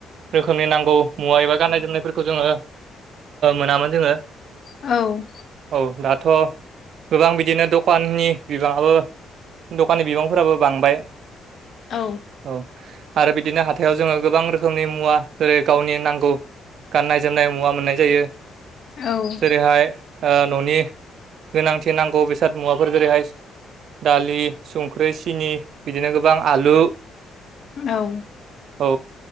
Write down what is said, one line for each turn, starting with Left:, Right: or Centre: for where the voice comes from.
Right: रोखोमनि नांगौ मुवा एबा गाननाय जोमनायफोरखौ जोङो मोनामोन जोङो
Left: औ
Right: औ दाथ' गोबां बिदिनो दखाननि बिबाङाबो दखाननि बिबांफोराबो बांबाय
Left: औ
Right: औ आरो बिदिनो हााइाव जोङो गोबां रोखोमनि मुवा जेरै गावनि नांगौ गाननाय जोमनाय मुवा मोननाय जायो
Left: औ
Right: जेरैहाय न'नि गोनांथि नांगौ बेसाद मुवाफोर जेरैहाय दालि संख्रि सिनि बिदिनो गोबां आलु
Left: औ
Right: औ